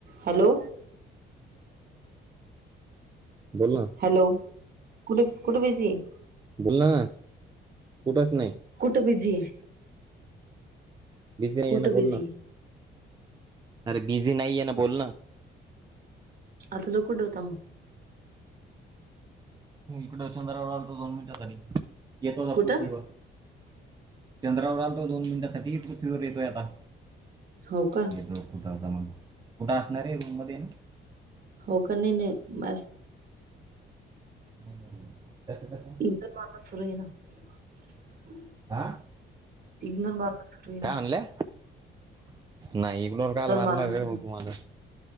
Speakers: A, on the right (about 50°); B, on the right (about 20°).
A: Hello
B: बोल ना
A: hello कुठे कुठ बिझीय
B: बोल ना कुठच नाही
A: कुठ बिझीय
B: बिझी नाहीयेना
A: कुठं बिझी
B: बोल ना
A: आहे?
B: अरे बिझी नाहीयेना बोल ना
A: आता ल कुठं होताम
B: इकड चंद्रावर आलतो दोन मिनिटा साठी येतो आता
A: कुठं?
B: पृथ्वीवर चंद्रावर आलता दोन मिनिटांसाठी पृथ्वीवर येतोय आता
A: हो का
B: कुठं होता मग कुठं असणार आहे रूम मध्ये ना
A: हो का नाही नाही बस
B: अहं अहं.
A: <unintelligible> <unintelligible>
B: हा काय म्हणल्या नाही इग्नोर कायला मारणारे
A: मारणं सुरू
B: भाऊ तू माझं.